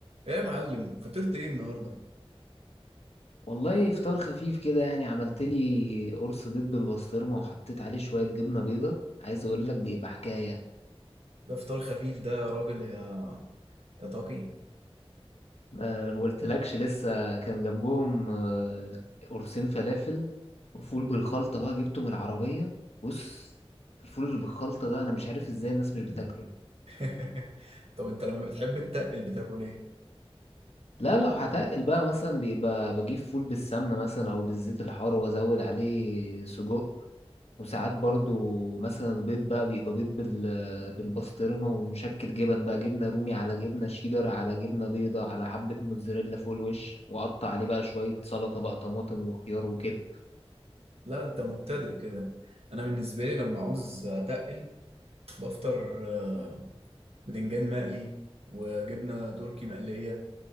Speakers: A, on the right; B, on the left.
A: ايه يا معلم فطرت ايه النهارده
B: والله فطار خفيف كده يعني عملت لي قرص بيض بالبسطرمة وحطيت عليه شوية جبنة بيضة عايز اقول لك بيبقى حكاية
A: ده فطار خفيف ده يا راجل يا يا طاقي
B: ما ما قلتلكش لسه كان جنبهم آه، قرصين فلافل وفول بالخلطة بقى جبته من العربية بص الفول اللي بالخلطة ده انا مش عارف ازاي الناس مش بتاكله
A: <laughs> طب انت لما بتحب تتقل بتاكل ايه
B: لا لو هتقل بقى مثلا بيبقى بجيب فول بالسمنة مثلا او بالزيت الحار وازود عليه سجق وساعات برضو مثلا البيض بقى بيبقى بيض بال... بالبسطرمة ومشكل جبن بقى جبنة رومي على جبنة شيدر على جبنة بيضة على حبة موتزاريلا فوق الوش وقطع عليه بقى شوية سلطة بقى طماطم وخيار وكده
A: لا انت مبتدئ كده انا بالنسبه لي لما عاوز اتقل بفطر آه، بدنجان مقلي وجبنه تركي مقليه